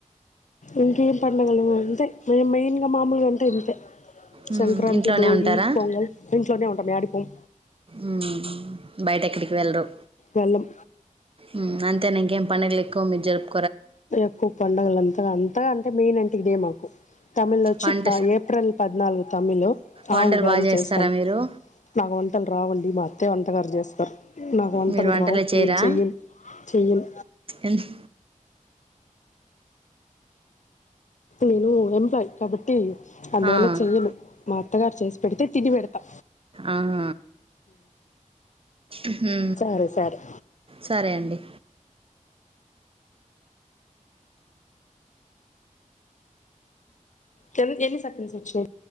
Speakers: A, on the left; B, on the right.
A: ఇంకేం పండుగలు అంతే మేం మెయిన్ గా మామూలుగా అంటే ఇంతే
B: మ్మ్,
A: సంక్రాంతి
B: ఇంట్లోనే
A: భోగి
B: ఉంటారా
A: పొంగల్ ఇంట్లోనే ఉంటాం ఆడికిపొమ్
B: ఊ బయట ఎక్కడికి వెళ్ళరు
A: వెళ్ళం
B: ఊ అంతేనా ఇంకేం పండగలు ఎక్కువ జరుపు
A: ఎక్కువ పండుగలు అంత అంత అంటే మెయిన్ అంటే ఇదే మాకు తమిళ్ వచ్చి
B: వంట
A: త ఏప్రిల్ పద్నాలుగు తమిళ్
B: వంటలు
A: ఆ ఉగాది
B: బాగా చేస్తారా
A: చేస్తాం
B: మీరు
A: నాకు వంటలు రావండి మా అత్తే వంటకారు చేస్ నాకు వంటలు
B: మీరు వంటలే
A: రావు
B: చేయరా
A: నేను చెయ్యన్ చెయ్యన్
B: ఎన్-
A: నేను ఎంప్లాయ్ కాబట్టి అందువల్ల
B: ఆ,
A: చెయ్యను మా అత్తగారు చేసి పెడితే తిని పెడతా
B: ఆహ ఊహు
A: సరే సరే
B: సరే అండి
A: తేను ఎన్ని సపిల్స్ వచ్చాయ్